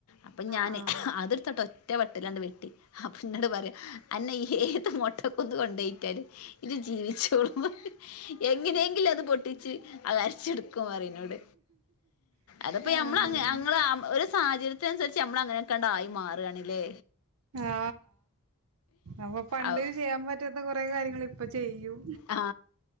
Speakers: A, on the left; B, on the right.
A: അപ്പം ഞാന്
B: ആഹ് ആഹ്
A: അത്ട്ത്തിട്ട് ഒറ്റ വെട്ടിലാണ്ട് വെട്ടി അപ്പം ഇന്നോട് പറയാ അന്നെ ഈ ഏത് മൊട്ടകുന്ന് കൊണ്ടോയിട്ടാലും ജ്ജ് ജീവിച്ചോളും പറിം എങ്ങനെങ്കിലുഅത് പൊട്ടിച്ച് അഅ് അരച്ചട്ക്കും പറിം ഇന്നോട് അത്പ്പോ
B: ആഹ്
A: നമ്മളങ്ങ്
B: ആഹ്
A: ഞങ്ങളാം ഒരു സാഹചര്യത്തിനന്സരിച്ച് നമ്മളങ്ങനെ ക്കണ്ടായി മാറാണ് ലെ
B: ആ അപ്പൊ പണ്ട്
A: അത്
B: ചെയ്യാൻ പറ്റാത്ത കൊറെ കാര്യങ്ങൾ ഇപ്പൊ ചെയ്യും
A: ആ